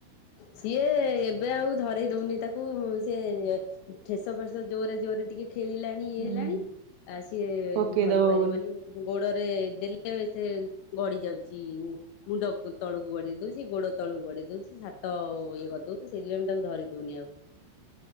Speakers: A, on the left; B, on the right.
A: ସିଏ ଏବେ ଆଉ ଧରଇ ଦଉନି ତାକୁ ସିଏ ଠେସ ଫେସ ଜୋରେ ଜୋରରେ ଟିକେ ଖେଳିଲାଣି ଇଏ
B: ହୁଁ।
A: ହେଲାଣି ଆଉ ସିଏ
B: ପକେଇଦବ
A: ଧରି ପାରିବନି।
B: ବୋଲି
A: ଗୋଡରେ ଦେଲେ ସେ ଗଢଡିି ଯାଉଛି ମୁଣ୍ଡ ତଳକୁ ବଢେଇ ଦଉଛି ଗୋଡ ତଳକୁ ବଢେଇ ଦଉଛି ହାତ ଇଏ କରିଦଉଛି ସେଇଥିପାଇଁ ତାକୁ ଧରି ଦଉନି ଆଉ।